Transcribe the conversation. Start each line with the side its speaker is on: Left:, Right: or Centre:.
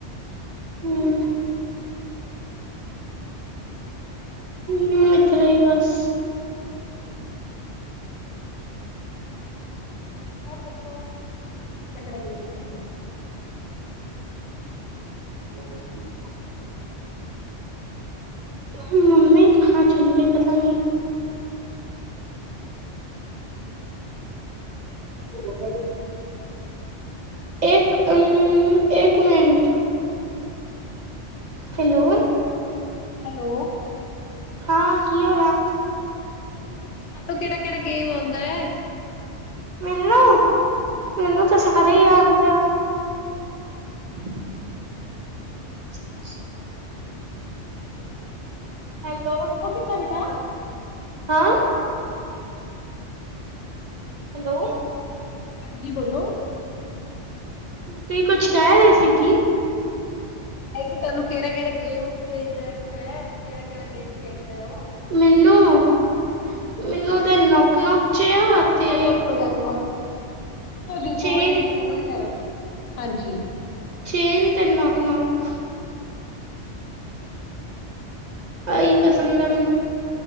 Right: ਹੂੰ। ਹੂੰ, ਇਦਰੇ ਹੀ ਬਸ
Left: ਹੋਰ ਦੱਸੋ, ਕਿਹੜੇ-ਕਿਹੜੇ ਗੇਮ ਖੇਲੇਆ? <inaudible>
Right: <unintelligible> ਮੰਮੀ ਕਹਾਂ ਚਲੀ ਗਈ ਪਤਾ ਨੀ?
Left: ਹੈਲੋ।
Right: <inaudible> ਇੱਕ- ਇੱਕ ਮਿੰਟ ਹੈਲੋ,
Left: ਹੈਲੋ।
Right: ਹਾਂ ਕੀ ਹੋਇਆ?
Left: ਮੈਂ ਕਿਹਾ ਤੈਨੂੰ ਕਿਹੜਾ-ਕਿਹੜਾ ਗੇਮ ਆਉਂਦਾ ਐ?
Right: ਮੈਨੂੰ- ਮੈਨੂੰ ਤਾਂ ਸਾਰੇ ਹੀ ਆਂਦੇ ਆ। <inaudible> <inaudible> ਹੈਲੋ।
Left: ਉ ਕਿਥੇ ਬੇਟਾ?
Right: ਹਾਂ। ਹੈਲੋ।
Left: ਹਾਂਜੀ, ਬੋਲੋ।
Right: ਕਿ ਕੁੱਝ ਕਹਿ ਰਹੇ ਸੀ ਕਿ?
Left: ਭਈ ਤੁਹਾਨੂੰ ਕਿਹੜਾ-ਕਿਹੜਾ ਗੇਮ ਚ ਇੰਟਰਸਟ ਐ ਕਿਹੜਾ-ਕਿਹੜਾ ਗੇਮ ਖੇਡਦੇ ਉ
Right: ਮੈਨੂੰ- ਮੈਨੂੰ ਤੇ ਨੌਕ-ਨੋਕ ਚ ਆ। ਤੇ
Left: ਮੌਨ ਹੋ ਜਾਂਦੀ ਹੈ ਤੁਹਾਡੀ ਅਵਾਜ ਸੁਣਕੇ ਤੋਂ
Right: ਚੇਨ
Left: ਹੁਣੇ-ਹੁਣੇ ਲੈਣਾ ਹਾਂਜੀ।
Right: ਸੇਮ ਤੇ ਨੌਕ ਨੌਕ। ਆਹੀ ਪਸੰਦ ਆ ਮੈਨੂੰ।